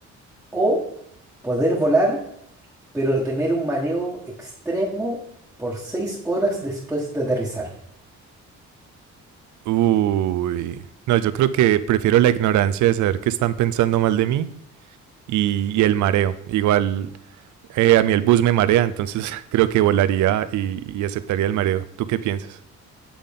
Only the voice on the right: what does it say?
Uy, no, yo creo que prefiero la ignorancia de saber que están pensando mal de mí y, y el mareo. Igual eh, a mí el bus me marea, entonces <laughs> creo que volaría y, y aceptaría el mareo. ¿Tú qué piensas?